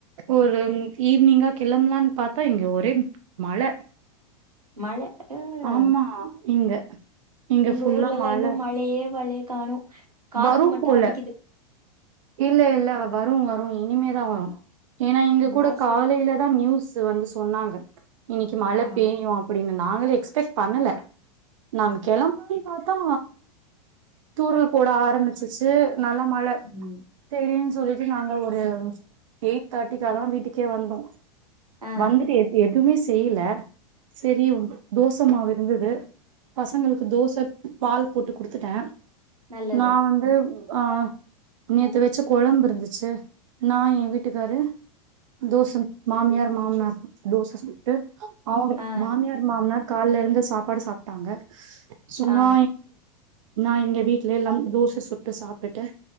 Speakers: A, on the right (about 60°); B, on the right (about 85°).
A: ஒரு ஈவினிங்கா கெளம்பலான்னு பாத்தா இங்க ஒரே மழ
B: மழ ஆ
A: ஆமா இங்க இங்க
B: எங்க
A: ஃபுல்லா
B: ஊர்ல எல்லா
A: மழ
B: இன்னு மழையே வழையே காணோ காத்து
A: வரும்
B: மட்டு
A: போல
B: அடிக்கிது
A: இல்ல இல்ல வரு வரு இனிமேதா வரு ஏன்னா இங்க
B: இந்தா
A: கூட காலைலதா
B: செரி
A: நியூஸ் வந்து சொன்னாங்க இன்னக்கி மழ
B: ஆ
A: பெய்யு அப்டின்னு நாங்களே எக்ஸ்பெக்ட் பண்ணல நாங்க கெளம்பனுன்னு பாத்தா தூரல் போட ஆரம்பிச்சிருச்சி நல்ல மழ
B: ம்
A: செரின்னு சொல்லிட்டு நாங்க ஒரு எயிட் தேர்ட்டிக்காதா வீட்டுக்கே வந்தோ
B: ஆ
A: வந்துட்டு எ எதுவுமே செய்யல செரி தோச மாவு இருந்தது பசங்களுக்கு தோச பால் போட்டு குடுத்துட்டே
B: நல்லது
A: நா வந்து
B: ம்,
A: ஆ நேத்து வச்ச கொழம்பு இருந்துச்சு நா ஏ வீட்டுக்காரு தோசம் மாமியார் மாமனார் தோச சு ட்டு அவங்க
B: ஆ
A: மாமியார் மாமனார் கால்ல இருந்த சாப்பாடு சாப்ட்டாங்க சுகுணா
B: ஆ
A: நா எங்க வீட்ல எல்லாம் தோச சுட்டு சாப்ட்டுட்டு